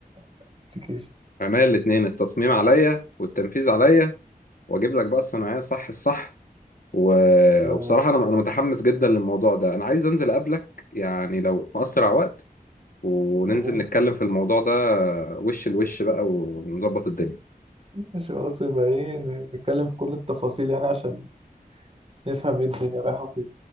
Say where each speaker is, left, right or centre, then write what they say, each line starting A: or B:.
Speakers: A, on the right; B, on the left.
A: للأبلكيشن
B: عينيا الاتنين التصميم عليا والتنفيذ عليا واجيب لك بقى الصناعيه صح الصح و...
A: <laughs> آه،
B: وبصراحه انا انا متحمس جدا للموضوع ده انا عايز انزل اقابلك يعني لو في اسرع وقت وننزل
A: وممكن
B: نتكلم في الموضوع ده وش لوش بقى ونظبط الدنيا
A: ماشي خلاص يبقى إيه ن- نتكلم في كل التفاصيل يعني عشان نفهم إيه الدنيا رايحة فين